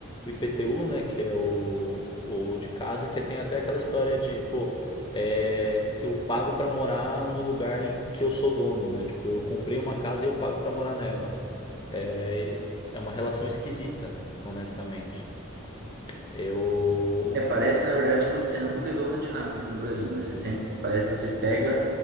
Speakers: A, on the left; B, on the right.
A: o IPTU, né, que é o, o de casa, que tem até aquela história de, pô, é, eu pago para morar no lugar em que eu sou dono, né? Tipo, eu comprei uma casa e eu pago para morar nela. É, é uma relação esquisita, honestamente. Eu
B: É, parece, na verdade, que você nunca é dono de nada aqui no Brasil, né? Você sempre, parece que você pega